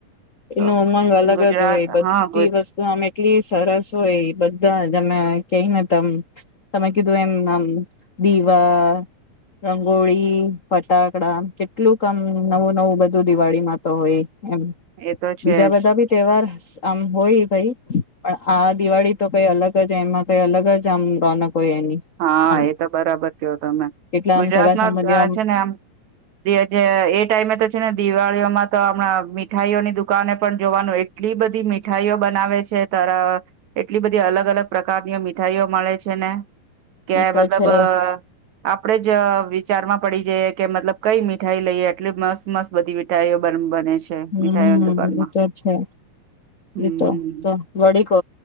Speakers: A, on the right; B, on the left.
A: તો
B: એનો ઉમંગ અલગ
A: ગુજરાત
B: જ હોય બધી
A: હા ગુ
B: વસ્તુ અમે કેટલી સરસ હોય એ બધા જમે કઈને ત તમે કીધું એમ આમ દીવા રંગોળી, ફટાકડા કેટલું કામ નવું નવું બધું દિવાળી માં. તો હોય. એમ
A: એ તો છે
B: બીજા બધા
A: જ
B: બી તહેવાર આમ હોય ભઈ પણ આ દિવાળી તો કઈ અલગ જ એમાં કઈ અલગ જ આમ રોનક હોય એની
A: હા
B: આમ
A: એ તો બરાબર કયો તમે
B: કેટલા
A: ગુજરાતમાં
B: આમ સગા સંબંધી
A: અ છે ને આમ <unintelligible> એ ટાઈમે તો છે ને દિવાળીઓમાં તો હમણાં મીઠાઈઓની દુકાને પણ જોવાનું એટલી બધી મીઠાઈઓ બનાવે છે તાર એટલી બધી અલગ અલગ પ્રકારની મીઠાઈઓ મળે છે ને. કે
B: ઈ તો
A: મતલબ
B: છે
A: આપડે જ વી ચારમાં પડી જઈ કે મતલબ કઈ મીઠાઈ લઈએ એટલી મસ્ત મસ્ત બધી મીઠાઈઓ બન બને છે
B: હમ્મ
A: મીઠાઈઓની દુકાનમાં
B: એતો છે
A: હમ
B: એતો તો વડી કો